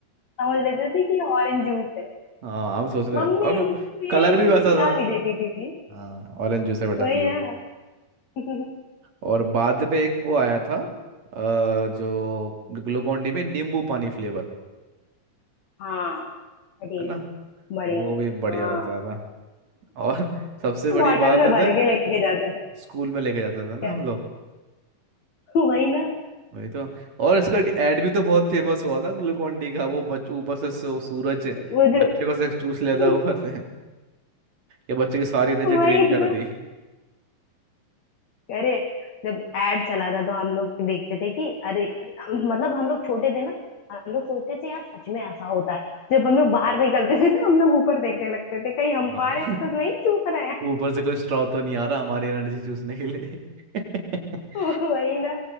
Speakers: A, on the left (about 50°); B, on the right (about 45°).
A: समझ लेते थे कि ऑरेंज जूस है
B: हाँ हम सोच रहे
A: मम्मी
B: थे और
A: हमको यही
B: कलर
A: बोल
B: भी वैसा
A: के पिला
B: था
A: भी देती थी
B: हाँ ऑरेंज जूस है बेटा
A: वही
B: पियो
A: ना <laughs>
B: और बाद में एक वो आया था अ, जो ग्लूकोन डी में नींबू पानी फ्लेवर
A: हाँ अरे
B: है ना
A: बढ़िया
B: वो भी बढ़िया
A: हाँ
B: रहता था। और <laughs> सबसे बड़ी
A: बॉटल
B: बात
A: में
B: है
A: भर के लेके जाते थे
B: स्कूल में लेके जाते थे ना
A: क्या
B: हम लोग
A: वही ना
B: वही तो और इसका एड भी तो बहुत फेमस हुआ था ग्लूकोन डी का वो बच्चे ऊपर से सू- सूरज
A: वो
B: बच्चे
A: जो
B: को से चूस लेता
A: <laughs>
B: है ऊपर से <laughs> ये बच्चे की सारी एनर्जी
A: वही
B: ड्रेन कर
A: तो
B: दी
A: अरे जब एड चला था तो हम लोग देखते थे कि अरे मतलब हम लोग छोटे थे ना हम लोग सोचते थे यार सच में ऐसा होता है जब हम लोग बाहर निकलते थे ना हम लोग ऊपर देखने लगते थे कहीं हमारे
B: हाँ <laughs>
A: तो नहीं चूक रहे हैं
B: ऊपर से कोई स्ट्रॉ तो नहीं आ रहा हमारी एनर्जी चूसने के लिए <laughs>
A: <laughs> वही ना